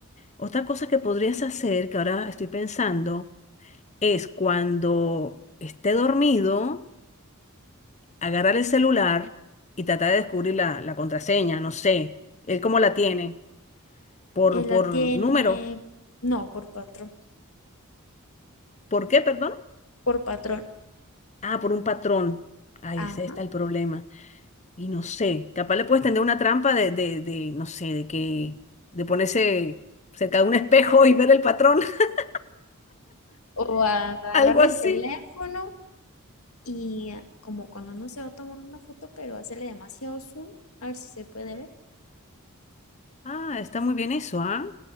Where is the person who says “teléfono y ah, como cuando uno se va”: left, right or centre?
Left